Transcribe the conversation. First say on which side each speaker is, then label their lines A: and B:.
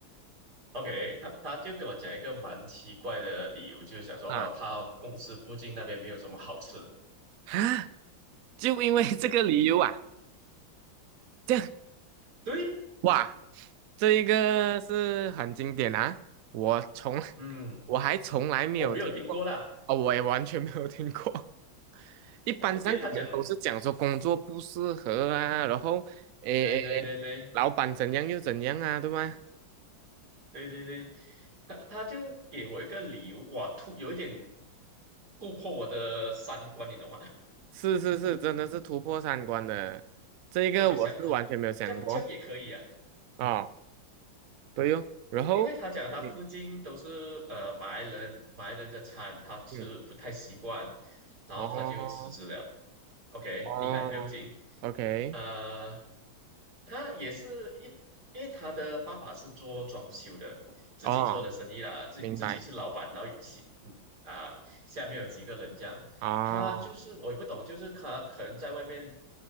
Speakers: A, on the right; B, on the right.
A: ，OK，他他就跟我讲一个蛮奇怪的理由，就是想说啊，
B: 啊
A: 他公司附近那边没有什么好吃的
B: 啊，就因为这个理由啊，这样
A: 对，
B: 哇，这一个是很经典啊，我从 <laughs>
A: 嗯，
B: 我还从来没有听过，
A: 我没有听过啦，
B: 哦，我也完全没有听过。一般上可能都是讲说工作不适合啊，
A: <laughs> 因为他讲，
B: 然后诶诶，
A: 对对对对
B: 诶老板怎样又怎样啊，对吗？
A: 对对对，他他就给我一个理由，哇，突有一点突破我的三观，你懂吗？
B: 是是是，真的是突破三观的，
A: <laughs>
B: 这一个我是完全没有想过
A: 我就想啊，这样这样也可以啊，
B: 啊、哦对哟。然后嗯
A: 嗯，因为他讲他附近都是呃马来人，马来人的餐他吃不太习惯，
B: 嗯，
A: 然后他就辞职了
B: 哦
A: ，OK，
B: 哦，OK，
A: 厉害，不用紧。呃，他也是一，因为他的爸爸是做装修的，自己做的生意啦，
B: 哦，
A: 自自己是老板，
B: 明白，
A: 然后有其嗯啊，下面有几个人这样，
B: 哦，
A: 他就是我也不懂，就是他可能在外面